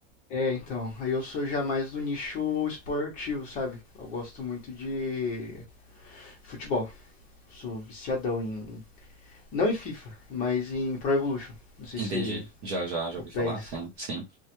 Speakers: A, on the left (about 25°); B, on the right (about 25°).
A: É, então. Aí eu sou já mais do nicho esportivo, sabe? Eu gosto muito de futebol. Sou viciadão em. Não em FIFA, mas em Pro Evolution. Não sei
B: Entendi.
A: se
B: Já, já, já
A: o
B: ouvi
A: PES.
B: falar. Sim, sim.